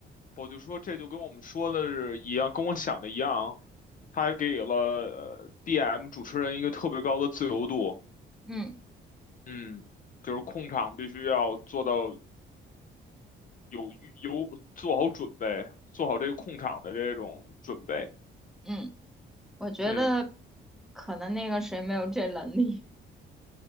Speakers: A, on the left; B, in the centre.
A: 我就说这就跟我们说的是一样，跟我想的一样，他还给了呃 DM 主持人一个特别高的自由度，
B: 嗯
A: 嗯，就是控场必须要做到有有做好准备，做好这个控场的这种准备。
B: 嗯，我觉得
A: 对，
B: 可能那个谁没有这能力。